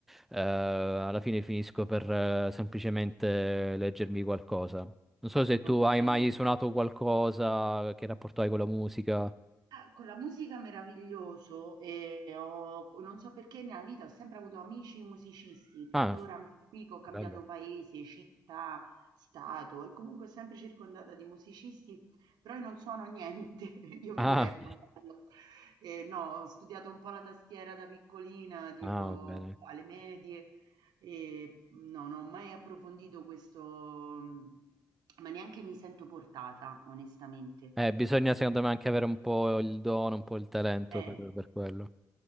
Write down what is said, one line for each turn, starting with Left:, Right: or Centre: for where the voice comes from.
Centre: alla fine finisco per eh, semplicemente leggermi qualcosa. Non so se tu
Right: okay.
Centre: hai mai suonato qualcosa, che rapporto hai con la musica.
Right: Ah, con la musica meraviglioso e ho non so perché nella vita ho sempre avuto amici musicisti, tuttora
Centre: Ah,
Right: anche qui che ho cambiato
Centre: Bello.
Right: paese, città, stato e comunque sempre circondata di musicisti, però io non suono niente, <laughs> io mi
Centre: ah,
Right: diverto un po'. Eh, no, ho studiato un po' la tastiera da piccolina, tipo
Centre: ah, bene.
Right: alle medie e no, non ho mai approfondito questo, ma neanche mi sento portata, onestamente.
Centre: Eh, bisogna
Right: Eh,
Centre: secondo me anche avere un po' il dono, un po' il talento
Right: eh,
Centre: per per quello.